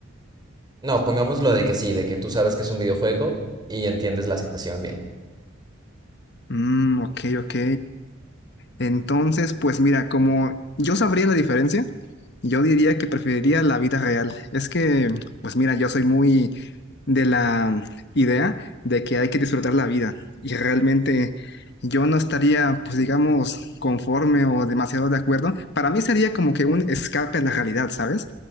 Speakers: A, on the right; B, on the left.
A: No, pongamos lo de que sí, de que tú sabes que es un videojuego y entiendes la situación bien.
B: Mm, ok, ok. Entonces, pues mira, como yo sabría la diferencia, Yo diría que preferiría la vida real. Es que, pues mira, yo soy muy, de la idea de que hay que disfrutar la vida. Y realmente yo no estaría, pues digamos, conforme o demasiado de acuerdo. Para mí sería como que un escape a la realidad, ¿sabes?